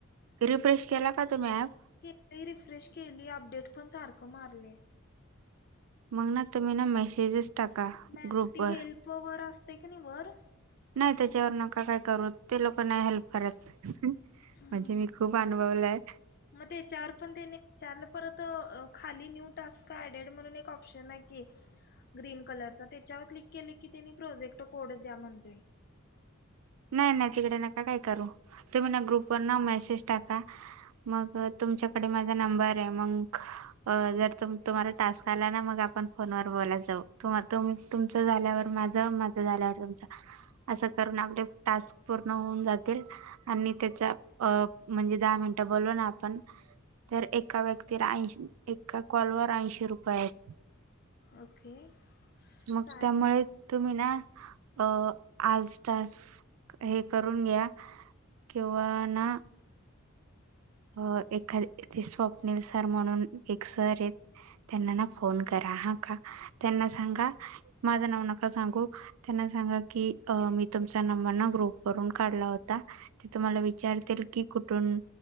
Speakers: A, on the right; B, on the left.
A: रिफ्रेश केला का तुम्ही ॲप
B: के रिफ्रेश केली अपडेट पण सारखं मारले
A: मगना तुमी ना मेसेजेस टाका
B: मॅस
A: ग्रुप
B: ती
A: वर
B: हेल्प
A: नई
B: वर असते का नाही वर
A: त्याचे त्याच्यावर नका काय करू, ते लोक नाही हेल्प करत म्हणजे,
B: हम्म
A: मी खूप अनुभवलाय
B: मग ते चवर पण ते नाही चारला परत खाली न्यू टास्क ऍड म्हणून एक ऑप्शन आहे की ग्रीन कलर त्याच्यावर क्लिक के की त्यांनी प्रोजेक्ट कोडत द्या म्हणतोय
A: <inaudible> नाही, नाही तिकडे नका काय करू, तुम्ही ना ग्रुपवर ना मेसेज टाका मग तुमच्याकडे माझा नंबर हे, मग जर तुम्हाला टास्क आला, मग आपन फोन वर बोलू त तुमच झाल्यावर, माझ माझ झाल्यावर, तुमच असं करून आप टास्क पूर्ण होऊन जातील, आणि त्याच्या म्हणजे दहा मिनट बोलून आपण तर एका व्यक्तीला ऐंशी एका कॉलवर ऐंशी रुपये आहेत
B: ओके
A: मग
B: चालेल
A: त्यामुळे तुम्ही ना अ आजटास हे करून घ्या किंवा ना अ एखाद ते स्वप्नील सर म्हणून एक सर आहेत त्यांना ना फोन करा हा त्यांना सांगा माझं नाव नका सांगू, त्यांना सांगा की मी तुम नंबर ग्रुप करून काढला होता ते तुम्हाला विचारतील, कि कुठून